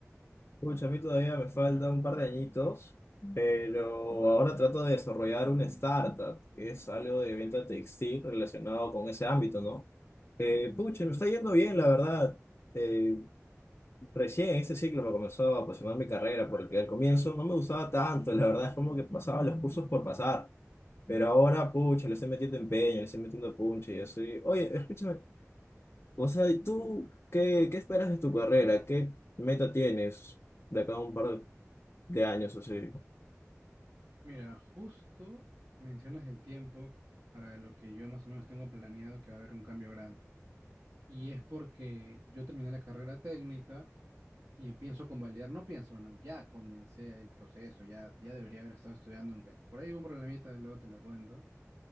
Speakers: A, on the left; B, on the right.
A: Pucha, a mí todavía me falta un par de añitos, pero ahora trato de desarrollar una startup, que es algo de venta textil relacionado con ese ámbito, ¿no? Eh, pucha, me está yendo bien, la verdad. Eh, recién este ciclo me comenzó a apasionar mi carrera, porque al comienzo no me gustaba tanto, la verdad es como que pasaba los cursos por pasar, pero ahora, pucha, le estoy metiendo empeño, le estoy metiendo punche y eso. y- oye, escúchame, o sea, ¿y tú qué, qué esperas de tu carrera? ¿Qué meta tienes de acá a un par de de años así.
B: Mira, justo mencionas el tiempo para lo que yo más o menos tengo planeado que va a haber un cambio grande. Y es porque yo terminé la carrera técnica y pienso convalidar, no pienso, bueno, ya comencé el proceso, ya, ya debería haber estado estudiando, aunque por ahí hubo un problemita, luego te lo cuento